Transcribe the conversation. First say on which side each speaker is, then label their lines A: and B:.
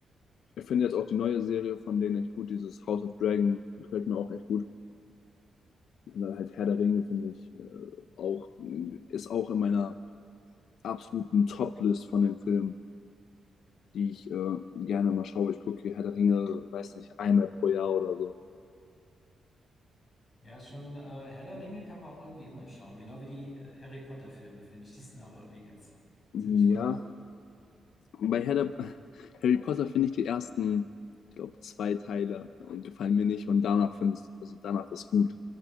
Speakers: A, on the left (about 80°); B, on the left (about 30°).
A: ich finde jetzt auch die neue Serie von denen echt gut. Dieses House of Dragon gefällt mir auch echt gut. Und dann halt Herr der Ringe finde ich äh, auch, ist auch in meiner absoluten Top-List von den Filmen, die ich äh, gerne mal schaue. Ich gucke Herr der Ringe, weiß nicht, einmal pro Jahr oder so.
B: Ja, schon äh, Herr der Ringe kann man auch irgendwie immer schauen, genau wie die äh, Harry Potter-Filme, finde ich, die sind auch irgendwie ganz ziemlich
A: Hm, Ja,
B: cool.
A: bei Herr der, <laughs> Harry Potter finde ich die ersten, ich glaube, zwei Teile äh, gefallen mir nicht und danach finde ich, also danach ist gut.